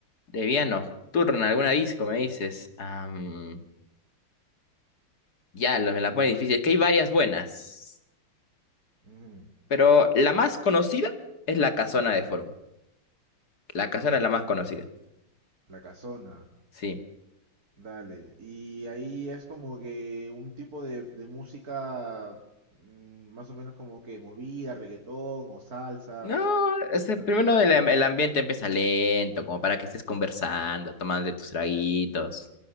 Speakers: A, on the left; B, on the right.
A: de vía nocturna, alguna disco, me dices. Am, ya, lo- me la pone difícil. Es que hay varias buenas.
B: Ujú,
A: Pero la más conocida es la Casona de Forum. La Casona es la más conocida.
B: La casona,
A: Sí.
B: dale. Y ahí es como que un tipo de, de música mm, más o menos como que movida, reggaetón o salsa.
A: No, este,
B: Lo
A: primero
B: que toca.
A: el, am- el ambiente empieza lento, como para que estés conversando, tomando tus traguitos.